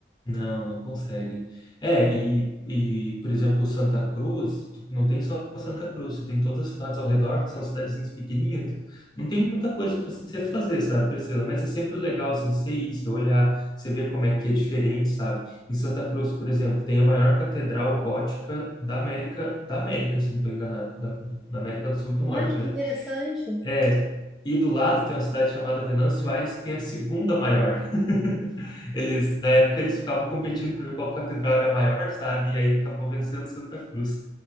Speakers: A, on the left; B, in the centre.
A: Não, não consegue. É, e, e, por exemplo, Santa Cruz, tu não tem só Santa Cruz, você tem todas as cidades ao redor, que são cidadezinhas pequenininhas. Não tem muita coisa para você fazer, sabe, Priscila? Mas é sempre legal, assim, você ir, você olhar, você ver como é que é diferente, sabe? Em Santa Cruz, por exemplo, tem a maior catedral gótica da América, da América, se não estou enganado, da, da América do Sul e do
B: Olha
A: Norte,
B: que
A: né?
B: interessante.
A: É, e do lado tem uma cidade chamada Venâncio Aires, que tem a segunda maior. <laughs> Eles, na época, eles ficavam competindo para ver qual catedral era maior, sabe? E aí acabou vencendo Santa Cruz.